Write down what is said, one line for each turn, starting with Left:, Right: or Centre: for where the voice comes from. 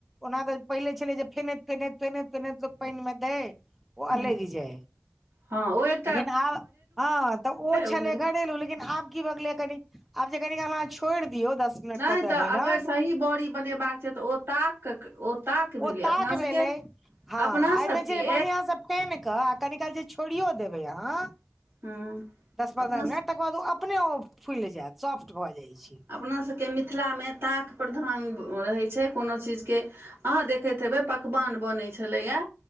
Centre: ओना तऽ पहिले छलै जे फेनैत- फेनैत -फेनैत- फेनैत लोक पानिमे देै ओ
Right: हूँ
Centre: अलगि जाय।
Right: हँ ओ एक
Centre: लेकिन आब हँ तऽ ओ छलै
Right: घरे
Centre: घरेलू लेकिन आब की भ गेलैए कनी आब जे कनी काल अहाँ छोइड़ दियौ दस मिनट
Right: नहि
Centre: पन्द्रह
Right: तऽ
Centre: मिनट
Right: अगर सही बड़ी बनेबाक छैय तऽ ओ ताक ओ ताक
Centre: ओ
Right: भेलै
Centre: ताक
Right: अपना
Centre: भेलै
Right: सबके,
Centre: हँ
Right: अपना
Centre: एहिमे
Right: सबके
Centre: छै जे बढ़िआँसँ फेन क आ कनिकाल जे छौरियौ देबै अहा
Right: हँ
Centre: दस पन्दह
Right: अपना
Centre: मिनट तकर बाद ओ अपने ओ फुलि जायत सॉफ्ट भऽ जाइ छैय।
Right: अपना सबके मिथिलामे ताक प्रधान रहै छैय। कोनो चीजके अहाँ देखैत हेबै पकवान बनै छलैए